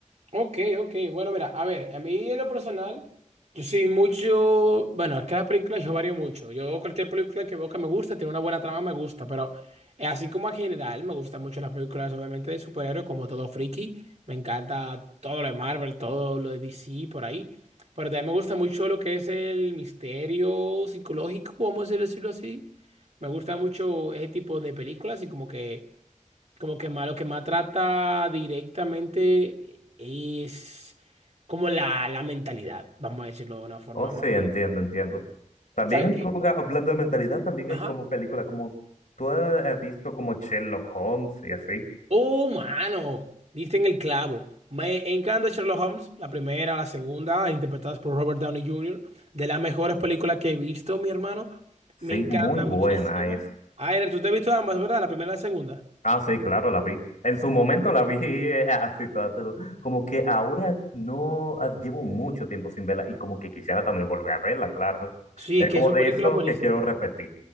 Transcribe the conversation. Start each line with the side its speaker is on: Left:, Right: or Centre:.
Right: Ok, ok. Bueno, mira, a ver, a mí en lo personal, yo soy mucho. Bueno, es que las películas yo varío mucho. Yo, cualquier película que veo que me gusta, tiene una buena trama, me gusta. Pero eh, así como en general, me gustan mucho las películas, obviamente, de superhéroes, como todo friki. Me encanta todo lo de Marvel, todo lo de DC, por ahí. Pero también me gusta mucho lo que es el misterio psicológico, vamos a decirlo así. Me gusta mucho ese tipo de películas y como que. Como que más, lo que más trata directamente es como la, la mentalidad, vamos a decirlo de una forma
Left: Oh, sí,
Right: más.
Left: entiendo, entiendo. También
Right: ¿Sabes qué?
Left: como, ga- hablando de mentalidad, también
Right: Ajá.
Left: hay como películas como tú has visto como Sherlock Holmes y así.
Right: Oh, mano, diste en el clavo. Me encanta Sherlock Holmes, la primera, la segunda, interpretadas por Robert Downey Jr., de las mejores películas que he visto, mi hermano.
Left: Sí,
Right: Me encanta
Left: muy buena
Right: muchísimo.
Left: es.
Right: Aire, tú te has visto ambas, ¿verdad? La primera y la segunda.
Left: Ah, sí, claro, la vi. En su momento la vi <laughs> eh, así toda, pero como que ahora no ah, llevo mucho tiempo sin verla y como que quisiera también volver a verla, claro.
Right: Sí,
Left: Es
Right: es que
Left: como
Right: son
Left: de
Right: películas
Left: eso
Right: buenísimas.
Left: que quiero repetir.